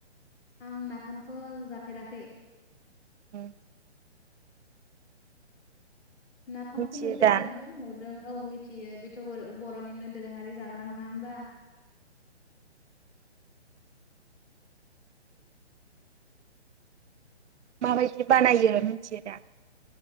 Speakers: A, on the left; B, on the right.
A: आं नाफामथ' जाफेराखै।
B: औ
A: नाफामखौ
B: मिथियो
A: नुफेरदों
B: दा
A: नुदों औ मिथियो बेथ' बर' बर'निनो दोरोङारि जा ग्रा नङा होनबा?
B: माबायदि बानायो मिथियो दा?